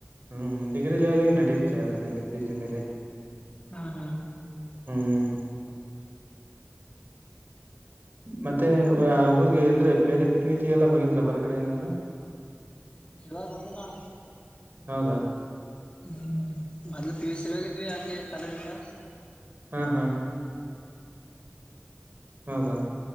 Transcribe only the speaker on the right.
ಹ್ಮ್ ಡಿಗ್ರಿ ಲೆವೆಲ್ ನಡೆಯುತ್ತೆ ಅದ್ರ ಮೇಲೆ ಪಿ ಜಿ ಮೇಲೆ
ಹ್ಮ್ ಮತ್ತೆ ಊರ್ಗೆ ಅಂದ್ರೆ ಬೇರೆ ಪಿಕ್ನಿಕ್ ಎಲ್ಲ ಹೋಗಿದ್ರ ಹೊರಗಡೆ ಏನಾದ್ರೂ
ಹೌದಾ
ಹಾ ಹಾ ಹೌದಾ